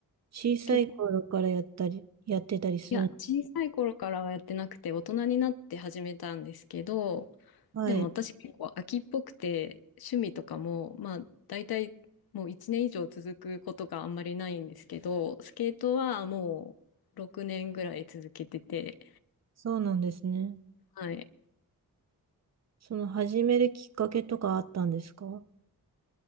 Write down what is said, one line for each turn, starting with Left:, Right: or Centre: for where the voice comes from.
Right: 小さい頃からやったり、
Left: 結構、
Right: やってたりする。
Left: いや、小さい頃からはやってなくて、大人になって始めたんですけど、
Right: はい。
Left: でも私結構飽きっぽくて、趣味とかも、まあ、大体もう1年以上続くことがあんまりないんですけど、スケートはもう6年ぐらい続けてて、
Right: そうなんですね。
Left: はい。
Right: その始めるきっかけとかあったんですか